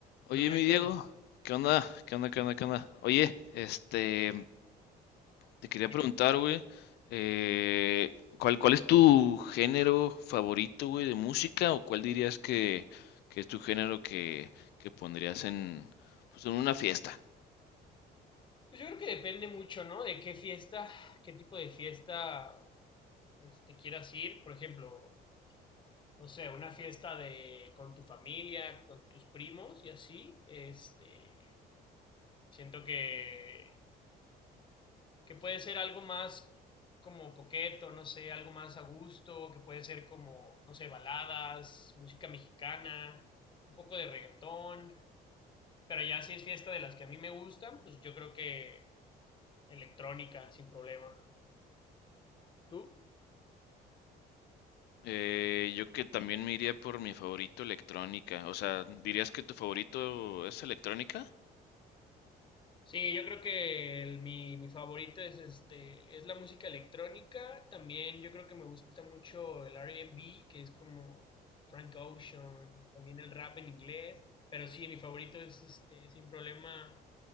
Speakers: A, on the left; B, on the left.
A: Oye,
B: No, mira,
A: mi
B: Axel,
A: Diego, ¿qué onda? ¿Qué onda? ¿Qué onda? ¿Qué onda? Oye, este, te quería
B: dime.
A: preguntar, güey, eh, ¿cuál, cuál es tu género favorito, güey, de música? ¿O cuál dirías que, que es tu género que, que pondrías en, pues, en una fiesta?
B: Pues yo creo que depende mucho, ¿no? De qué fiesta, qué tipo de fiesta este, quieras ir. Por ejemplo, no sé, una fiesta de con tu familia, con tus primos y así. Este, siento que, que puede ser algo más como coqueto, no sé, algo más a gusto, que puede ser como, no sé, baladas, música mexicana, un poco de reggaetón. Pero ya si es fiesta de las que a mí me gustan, pues yo creo que electrónica sin problema. ¿Tú?
A: Eh, yo que también me iría por mi favorito electrónica. O sea, ¿dirías que tu favorito es electrónica?
B: Sí, yo creo que el- mi, mi favorito es este, es la música electrónica. También yo creo que me gusta mucho el R and B que es como Frank Ocean, también el rap en inglés. Pero sí, mi favorito es este, sin problema